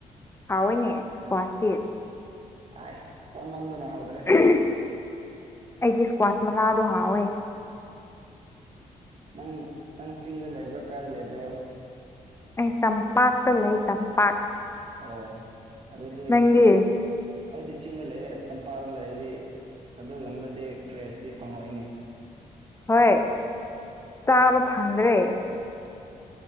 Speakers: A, on the left; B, on the right.
A: ꯍꯥꯎꯋꯦꯏꯅꯦ ꯏꯁ꯭ꯀ꯭ꯋꯥꯁꯇꯤ
B: ꯑꯁ ꯆꯥꯃꯟꯗꯅ ꯍꯥꯎꯇ꯭ꯔꯦ
A: ꯎꯝ ꯑꯩꯗꯤ ꯏꯁꯀ꯭ꯋꯥꯁ ꯃꯅꯥꯗꯣ ꯍꯥꯎꯋꯦ
B: ꯅꯪ ꯅꯪ ꯆꯤꯡꯗ ꯂꯩꯕꯔꯥ ꯀꯥꯏ ꯂꯩꯕꯔ
A: ꯑꯩ ꯇꯝꯄꯥꯛꯇ ꯂꯩ ꯇꯝꯄꯥꯛ
B: ꯑꯣ ꯑꯗꯨꯗꯤ
A: ꯅꯪꯗꯤ
B: ꯑꯩꯗꯤ ꯆꯤꯡꯗ ꯂꯩꯌꯦ ꯇꯝꯄꯥꯛ ꯂꯩꯔꯗꯤ ꯑꯗꯨꯒꯥꯟꯗꯗꯤ ꯐ꯭ꯔꯦꯁꯇꯤ ꯐꯪꯉꯣꯏꯅꯦ
A: ꯍꯣꯏ ꯆꯥꯕ ꯐꯪꯗ꯭ꯔꯦ